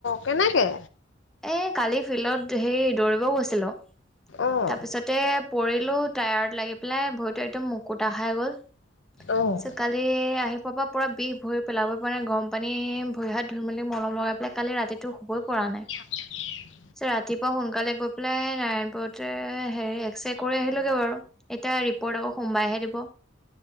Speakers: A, on the left (about 70°); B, in the centre.
A: কেনেকে?
B: এই কালি ফিল্ডত হে দৌৰিবও গৈছিলোঁ
A: অ'
B: তাৰপিছতে পৰি টায়ত লাগি‌ পেলাই ভৰিতো একদম মুকুতা খাই‌ গল তাৰ পিছত
A: অ'
B: কালি আহি ওপৰ পৰা পৰা বিষ, ভৰি পেলাবই পৰা নাই, গৰম পানী ভৰি হাত ধুই মেলি মলম লগাই পেলাই কালি ৰাতিটো শুবই কৰা নাই।
A: ন
B: ৰাতিপুৱা সোনকালে গৈ পেলাই নাৰায়ণপুৰতে হেৰি এক্স ৰে কৰি আহিলোগে বাৰু। এতিয়া ৰিপৰ্ট আকৌ সোমবাইহে দিব।